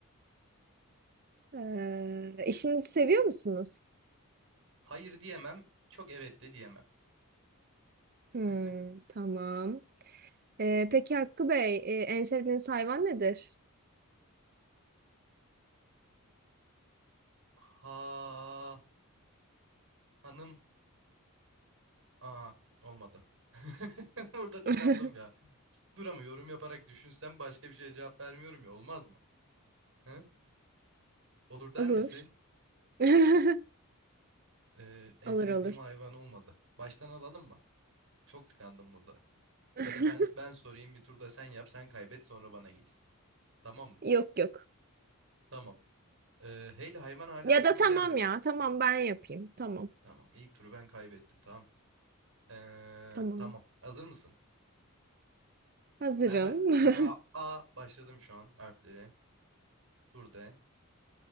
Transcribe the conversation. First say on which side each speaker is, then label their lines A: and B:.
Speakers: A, on the right (about 45°); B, on the right (about 60°).
A: E, işinizi seviyor musunuz?
B: Hayır diyemem. Çok evet de diyemem. <laughs>
A: Hmm, tamam. E, peki Hakkı Bey e, en sevdiğiniz hayvan nedir?
B: Ha hanım Aa olmadı. <laughs> Burada tıkandım
A: <laughs>
B: ya. Dur ama yorum yaparak düşünsem başka bir şeye cevap vermiyorum ya olmaz mı? Hı? Olur der
A: Olur.
B: misin?
A: <laughs>
B: Ee, en
A: Olur
B: sevdiğim
A: olur.
B: hayvan olmadı. Baştan alalım mı? Çok tıkandım burada.
A: <laughs>
B: Ya da ben ben sorayım bir turda sen yap sen kaybet sonra bana gelsin. Tamam mı?
A: Yok yok.
B: Tamam. Ee, Heyli hayvan hala
A: Ya
B: aklıma
A: da tamam
B: gelmiyor.
A: ya. Tamam ben yapayım. Tamam.
B: Tamam ilk turu ben kaybettim tamam. Ee,
A: Tamam.
B: tamam hazır mısın?
A: Hazırım.
B: Ben, ben,
A: <laughs>
B: ben A, A başladım şu an harfleri. Dur de.